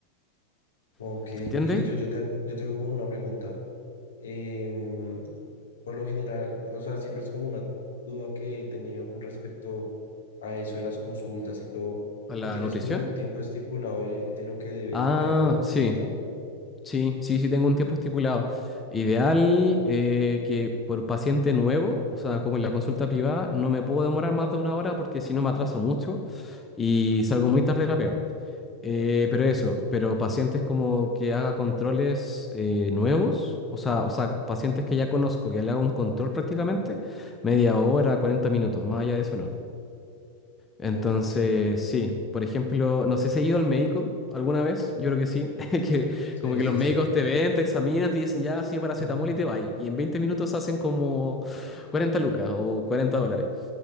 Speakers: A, on the left; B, on the left.
A: Ok,
B: ¿Se
A: y
B: entiende?
A: yo, yo te, yo te hago como una pregunta. Em, por lo general, o sea, siempre es como una duda que he tenido con respecto a eso de las consultas y todo.
B: A la
A: ¿Tú tienes
B: nutrición.
A: como un tiempo estipulado de, de lo que debe
B: Ah,
A: durar una consulta?
B: sí, sí, sí, sí tengo un tiempo estipulado. Ideal eh, que por paciente nuevo, o sea, como en la consulta privada, no me puedo demorar más de una hora porque si no me atraso mucho y salgo muy tarde de la pega. Eh, pero eso, pero pacientes como que haga controles eh, nuevos, o sea, o sea, pacientes que ya conozco, que le haga un control prácticamente, media hora, 40 minutos, más allá de eso no.
A: Ok,
B: Entonces, sí, por ejemplo, no sé si has ido al médico alguna vez, yo creo que sí, <laughs> que
A: sí,
B: como que
A: sí,
B: los médicos
A: sí.
B: te ven, te examinan, te dicen ya, sí, paracetamol
A: Mm.
B: y te vas. Y en 20 minutos hacen como 40 lucas o 40 dólares.